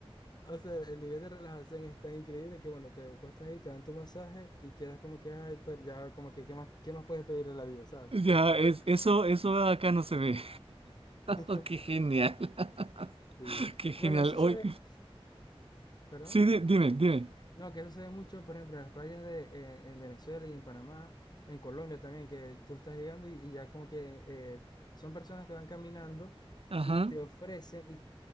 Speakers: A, on the left; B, on the right.
A: O sea, el nivel de relajación es tan increíble que, bueno, te cuestas ahí, te dan tu masaje y quedas como que, ay, pero ya, como que, ¿qué más, qué más puedes pedir en la vida, ¿sabes?
B: Ya, es, eso, eso acá no se ve.
A: <laughs>
B: Oh, qué genial,
A: Sí.
B: <laughs> qué genial.
A: Bueno, eso
B: Hoy,
A: se ve, ¿verdad?
B: sí, di- dime, dime.
A: No, que eso se ve mucho, por ejemplo, en las playas de, eh, en Venezuela y en Panamá, en Colombia también, que tú estás llegando y, y ya como que eh, son personas que van caminando
B: Ajá.
A: y te ofrecen, y,